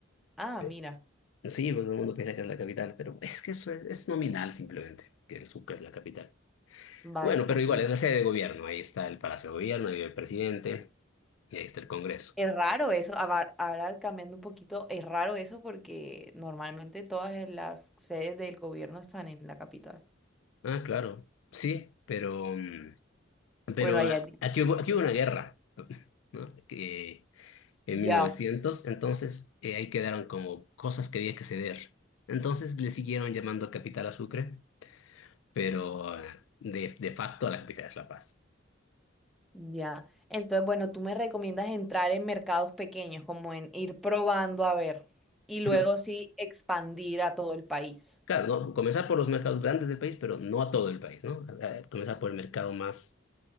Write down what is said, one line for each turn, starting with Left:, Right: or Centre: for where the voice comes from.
Centre: Ah,
Left: Eh,
Centre: mira.
Left: Sí, pues todo el mundo piensa que es la capital, pero es que eso es, es nominal simplemente, que el Sucre es la capital.
Centre: vale,
Left: Bueno, pero
Centre: ok.
Left: igual es la sede de gobierno. Ahí está el Palacio de Gobierno, ahí vive el presidente y ahí está el Congreso.
Centre: Es raro eso, aba- ahora cambiando un poquito, es raro eso porque normalmente todas las sedes del gobierno están en la capital.
Left: Ah, claro, sí, pero, mm, pero
Centre: Bueno, allá
Left: ah,
Centre: es
Left: aquí
Centre: diferente.
Left: hubo, aquí hubo una guerra, ¿no? Que, en
Centre: Ya.
Left: mil novecientos entonces eh, ahí quedaron como cosas que había que ceder. Entonces le siguieron llamando capital a Sucre, pero ah, de, de facto la capital es La Paz.
Centre: Ya. Entonces, bueno, tú me recomiendas entrar en mercados pequeños, como en ir probando a ver, y luego
Left: No,
Centre: sí expandir a todo el país.
Left: claro, ¿no? Comenzar por los mercados grandes del país, pero no a todo el país, ¿no? Eh, Comenzar por el mercado más,